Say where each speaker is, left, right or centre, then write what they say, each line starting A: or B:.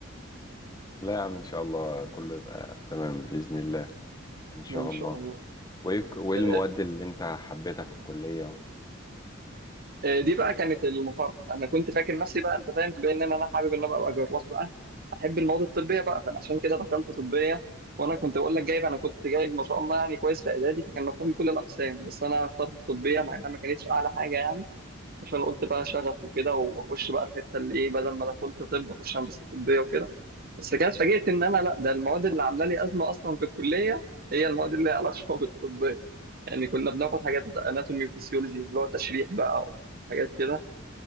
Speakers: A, on the left (about 20°); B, on the right (about 50°).
A: لا يا عم ان شاء الله كله يبقى تمام بإذن الله ان شاء
B: ان
A: الله
B: شاء الله
A: وايه وإيه
B: آه،
A: المواد اللي انت حبيتها في الكلية و...
B: آه، دي بقى كانت المفارقه انا كنت فاكر نفسي بقى انت فاهم بما ان انا حابب ان أنا ابقى جراح بقى احب المواد الطبيه بقى فانا عشان كده دخلت طبيه وانا كنت بقول لك جايب انا كنت جايب ما شاء الله يعني كويس في اعدادي فكان مطلوب لي كل الاقسام بس انا اخترت الطبيه
A: تمام
B: مع انها ما كانتش اعلى حاجه يعني عشان قلت بقى شغف وكده واخش بقى الحته اللي ايه بدل ما دخلت طب اخش هندسه طبيه وكده بس كده اتفاجئت ان انا لا ده المواد اللي عامله لي ازمه اصلا في الكليه هي المواد اللي ليها علاقه <laughs> بالطبيه يعني كنا بناخد حاجات اناتومي وفسيولوجي اللي هو تشريح بقى وحاجات كده